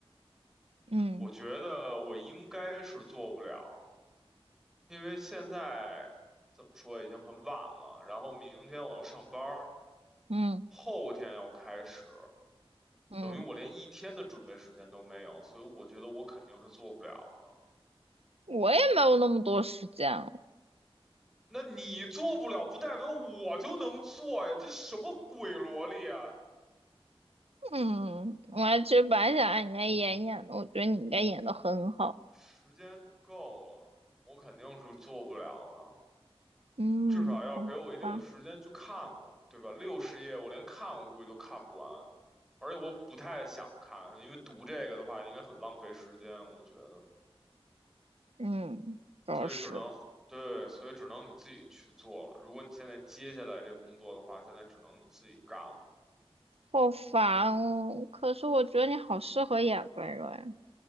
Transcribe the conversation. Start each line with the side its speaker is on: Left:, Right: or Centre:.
Right: 嗯
Centre: 我觉得我应该是做不了，因为现在怎么说已经很晚了，然后明天我要上班儿，
Right: 嗯
Centre: 后天要开始，
Right: 嗯，
Centre: 等于我连一天的准备时间都没有，所以我觉得我肯定是做不了的。
Right: 我也没有那么多时间，
Centre: 那你做不了，不代表我就能做呀，这什么鬼逻辑啊！
Right: 嗯，我还其实本来想让你家演演的，我觉得你应该演的很好。
Centre: 时间不够了，我肯定是做不了的。
Right: 嗯，
Centre: 至少要给我一定时间去看吧，
Right: 好吧，
Centre: 对吧？六十页我连看我估计都看不完，而且我不太想看，因为读这个的话应该很浪费时间，我觉得。
Right: 嗯，倒是
Centre: 所以只能，对，所以只能你自己去做了。如果你现在接下来这工作的话，现在只能你自己干了，
Right: 好烦哦。可是我觉得你好适合演温软，